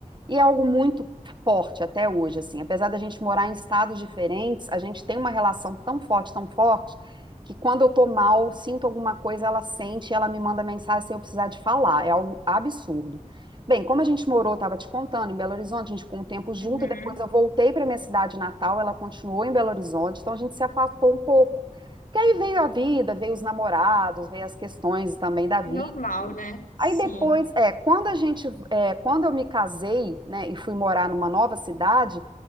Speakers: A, on the right; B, on the left.
A: E é algo muito forte até hoje, assim. Apesar da gente morar em estados diferentes, a gente tem uma relação tão forte, tão forte que quando eu tô mal, sinto alguma coisa, ela sente, e ela me manda mensagem sem eu precisar de falar. É algo absurdo. Bem, como a gente morou, estava te contando, em Belo Horizonte, a gente ficou um tempo junto,
B: Uhum.
A: depois eu voltei para minha cidade natal, ela continuou em Belo Horizonte, então a gente se afastou um pouco. Porque aí veio a vida, veio os namorados, veio as questões também da vida.
B: Normal, né? Sim.
A: Aí depois, é, quando a gente, é, quando eu me casei, né, e fui morar numa nova cidade,